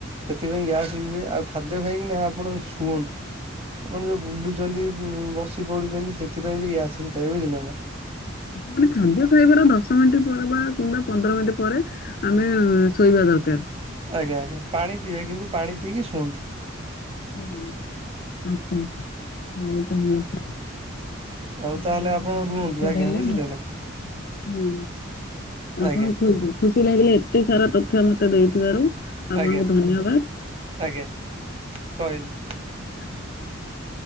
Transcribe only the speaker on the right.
ସେଥିପାଇଁ ଗ୍ୟାସ୍ ବି ହୁଏ ଆଉ ଖାଦ୍ୟ ଖାଇକିନା ଆପଣ ଶୁଅନ୍ତୁ। ଆପଣ ଯୋଉ ବୁଲୁଛନ୍ତି ବସି ପଡୁଛନ୍ତି ସେଥିପାଇଁ ବି ଗ୍ୟାସ ହେଇଥାଏ ବୁଝିଲେ ନା।
ଆଜ୍ଞା ଆଜ୍ଞା ପାଣି ପିଇବା କିନ୍ତୁ ପାଣି ପିଇକି ଶୁଅନ୍ତୁ।
ଆଉ
ତାହେଲେ
ରୁହନ୍ତୁ
ଆଜ୍ଞା
ବୁଝିଲେ
ନା
ଆଜ୍ଞା
ଆଜ୍ଞା
ଆଜ୍ଞା ରହିଲି।